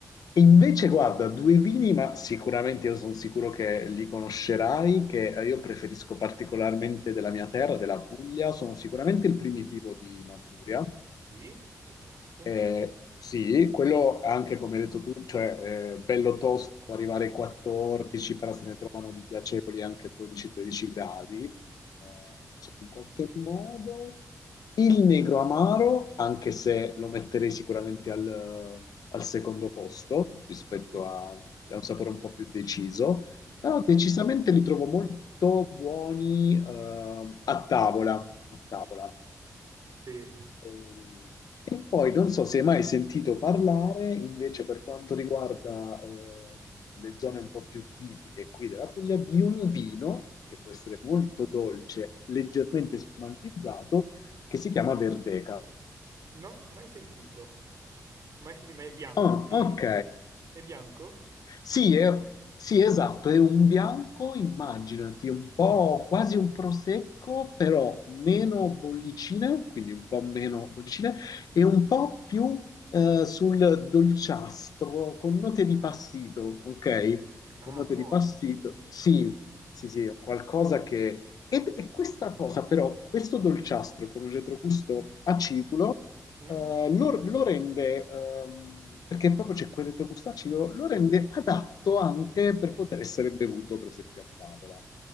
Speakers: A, on the left; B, on the right.
A: e invece, guarda, due vini, ma sicuramente io sono sicuro che li conoscerai, che eh, io preferisco particolarmente della mia terra, della Puglia, sono sicuramente il primitivo di Manduria.
B: Sì, che conosco.
A: Eh, sì, quello anche come hai detto tu, cioè eh, bello tosto, può arrivare ai 14, però se ne trovano di piacevoli anche 12-13 gradi. Eh, diciamo, in qualche modo. Il Negro Amaro, anche se lo metterei sicuramente al, al secondo posto rispetto
B: Sì,
A: a, a un sapore un po' più deciso, però decisamente li trovo molto buoni eh, a tavola. A tavola.
B: sì.
A: E, e poi non so se hai mai sentito parlare invece per quanto riguarda eh, le zone un po' più tipiche qui della Puglia di un vino che può essere molto dolce, leggermente spumantizzato, che si chiama Verdeca.
B: No, mai sentito. Mai sentito, ma è bianco,
A: Ah,
B: sì?
A: ok.
B: È bianco?
A: Sì, è- sì, esatto, è un bianco, immaginati, un po' quasi un prosecco, però meno bollicine, quindi un po' meno bollicine, e un po' più eh, sul dolciastro, con note di passito, ok? Con
B: Ah,
A: note
B: buono,
A: di passito.
B: sì.
A: Sì, sì, sì, è qualcosa che... Ed, e questa cosa però, questo dolciastro con un retrogusto acidulo,
B: Mm?
A: eh, lo, lo rende, ehm, perché proprio c'è quel retrogusto acido, lo rende adatto anche per poter essere bevuto, per esempio, a tavola.